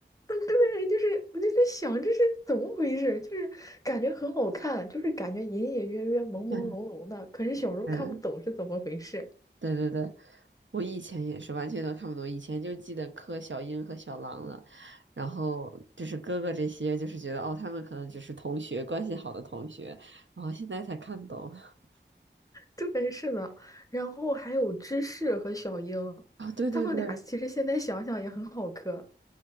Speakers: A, on the left; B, on the right.
A: 嗯对，就是我就在想这是怎么回事，就是感觉很好看，就是感觉隐隐约约、朦朦胧胧的，
B: <laughs>
A: 可是小时候看不懂是怎么回事。
B: 嗯。对对对，我以前也是完全都看不懂，以前就记得柯小英和小狼了，然后就是哥哥这些，就是觉得哦，他们可能只是同学，关系好的同学，然后现在才看懂。<laughs>
A: 对，是的，然后还有芝士和小樱，
B: 啊、对对对，
A: 他们俩其实现在想想也很好磕。